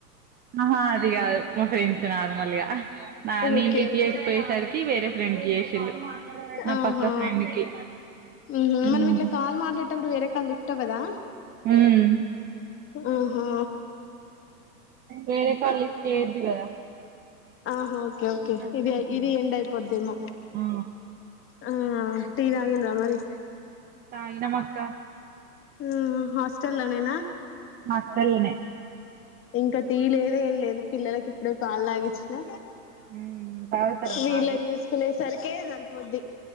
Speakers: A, on the right; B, on the left.
A: ఆహా అది కాదు మా ఫ్రెండ్స్ నార్మల్గా హ నా నేను
B: ఓకే
A: లిఫ్ట్
B: ఓకే
A: చేయకపోయేసరికి వేరే ఫ్రెండ్ కి చేసిళ్లు నా
B: ఆహా
A: పక్క ఫ్రెండ్ కి
B: ఉహు
A: ఉమ్
B: మనం ఇట్ల కాల్ మాట్లాడేటప్పుడు వేరే కాల్ లిఫ్ట్ అవ్వదా
A: మ్మ్
B: ఉహు
A: వేరే కాల్ లిఫ్ట్ చేయొద్దు కదా
B: ఆహా ఒకే ఓకే
A: కట్
B: ఇది
A: అయిద్ది
B: ఇది ఎండ్ అయిపోద్దేమో
A: ఆ
B: ఆ టీ తాంగిండ్రా మరి
A: తాగినం అక్క
B: మ్మ్ హాస్టల్లో నేనా
A: మా అక్కలనే
B: ఇంకా టీ లేదు ఎం లేదు పిల్లలకి ఇప్పుడే పాలు తాగిచ్చిన
A: ఉమ్ తాగుతారా
B: వీళ్ళని
A: పాలు
B: చూసుకునే సరికే సరిపోద్ది